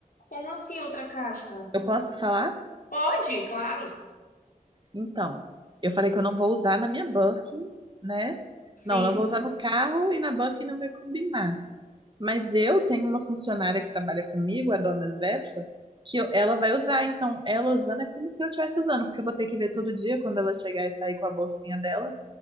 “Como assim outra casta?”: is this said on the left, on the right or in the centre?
Left